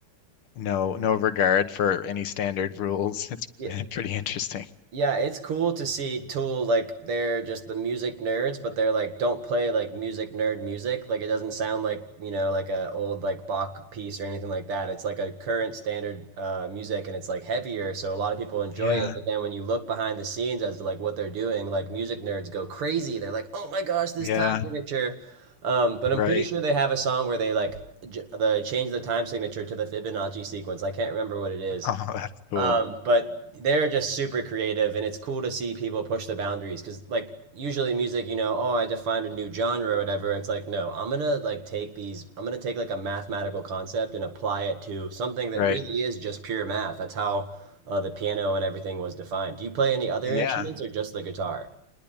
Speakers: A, on the left; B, on the right.
A: no no regard for any standard rules. It's
B: Yeah.
A: <laughs> pretty interesting.
B: Yeah, it's cool to see Tool like they're just the music nerds, but they're like don't play like music nerd music. Like it doesn't sound like, you know, like a old like Bach piece or anything like that. It's like a current standard uh music and it's like heavier, so a lot of people enjoy
A: Yeah,
B: it, but then when you look behind the scenes as to like what they're doing, like music nerds go crazy. They're like, "Oh my gosh, this
A: yeah,
B: time signature." Um, but
A: right.
B: I'm pretty sure
A: <laughs>
B: they have a song where they like j- they change the time signature to the Fibonacci sequence. I can't remember what it is.
A: Oh, that's cool.
B: Um, but they're just super creative, and it's cool to see people push the boundaries because, like, usually music, you know, oh, I defined a new genre or whatever. It's like, no, I'm gonna like take these, I'm gonna take like a mathematical concept and apply it to something that
A: Right.
B: really is just pure math. That's how uh, the piano and everything was defined. Do you play any other
A: Yeah.
B: instruments or just the guitar?